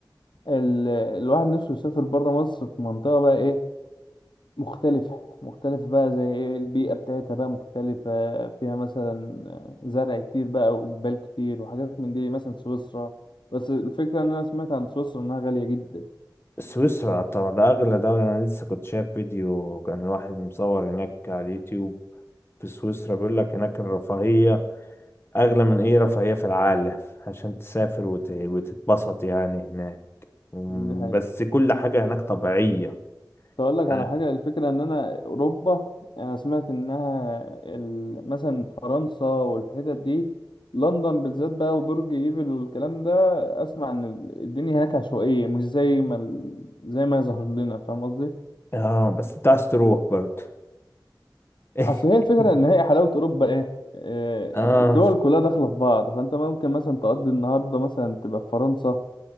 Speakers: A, on the left (about 85°); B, on the left (about 30°).
A: ال... الواحد نفسه يسافر بره مصر في منطقة بقى ايه مختلفة مختلفة بقى زي ايه البيئة بتاعتها بقى مختلفة فيها مثلا زرع كتير بقى وجبال كتير وحاجات من دي مثلا سويسرا بس الفكرة ان انا سمعت عن سويسرا انها غالية جدا
B: سويسرا طبعا ده اغلى دولة انا لسه كنت شايف فيديو كان الواحد مصور هناك على اليوتيوب في سويسرا بيقول لك هناك الرفاهية أغلى من أي رفاهية في العالم عشان تسافر وت... وتتبسط يعني هناك مم،
A: دي حقيقة
B: بس كل حاجة هناك طبيعية
A: اقول لك
B: يعني-
A: على حاجه الفكره ان انا اوروبا يعني انا سمعت انها ال- مثلا فرنسا والحتت دي لندن بالذات بقى وبرج ايفل والكلام ده اسمع ان ال- الدنيا هناك عشوائيه مش زي ما ال- زي ما يظهر لنا فاهم قصدي
B: اه بس أنت عايز تروح برضه <laughs>
A: اصل هي الفكره ان هي حلاوه اوروبا ايه آه،
B: اه
A: الدول كلها داخله في بعض فانت ممكن مثلا تقضي النهارده مثلا تبقى في فرنسا